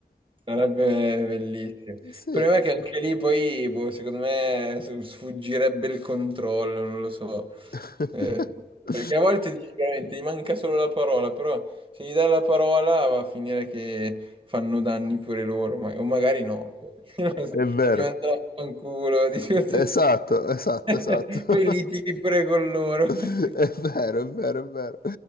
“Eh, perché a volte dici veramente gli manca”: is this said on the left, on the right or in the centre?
Right